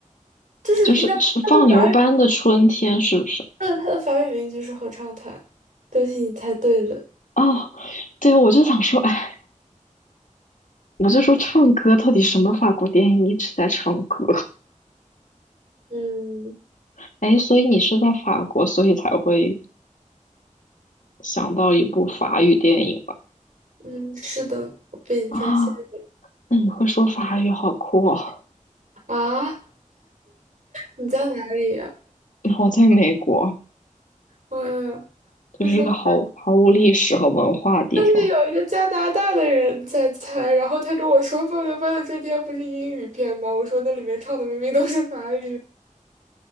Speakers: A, on the right; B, on the left.
A: 就是应该它的法语，
B: 就是是放牛班的春天，是不是？
A: 嗯，它的法语名就是合唱团。恭喜你猜对了，
B: 哦，对，我就想说，哎，我就说唱歌到底什么法国电影一直在唱歌？
A: 嗯
B: <laughs> 哎，所以你是在法国，所以才会想到一部法语电影吧？
A: 嗯，是的，被你发现。
B: 啊，
A: 了
B: 那你会说法语，好酷哦！
A: 啊，你在哪里呀、
B: 我在美国，
A: 我
B: 就是一个毫毫无历史和文化的地方，
A: 我说上次有一个加拿大的人在猜，然后他跟我说《放牛班的春天》不是英语片吗？我说那里面唱的明明都是法语。